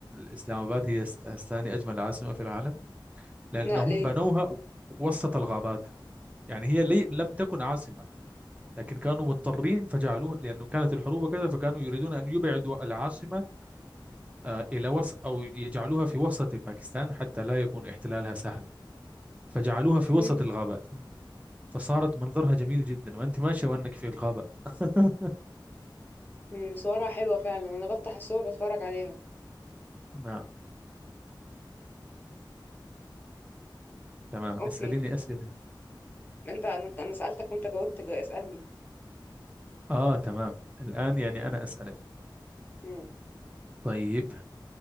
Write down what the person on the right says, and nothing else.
إسلام آباد هي س- ثاني أجمل عاصمة في العالم لأنهم
بنوها وسط الغابات يعني هي لي لم تكن عاصمة لكن كانوا مضطرين فجعلوها لأنه كانت الحروب وكذا فكانوا يريدون أن يبعدوا العاصمة آه، إلى وسط أو يجعلوها في وسط باكستان حتى لا يكون احتلالها سهل فجعلوها في
وسط الغابات فصارت منظرها جميل جدا وأنت ماشية وأنك في الغابة <laughs>
نعم تمام
اسأليني أسئلة
آه تمام الآن يعني أنا أسألك
طيب